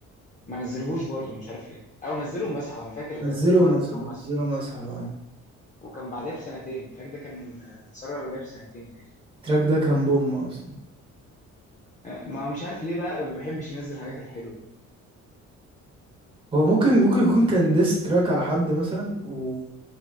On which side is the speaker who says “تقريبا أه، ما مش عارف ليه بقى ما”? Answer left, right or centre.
Left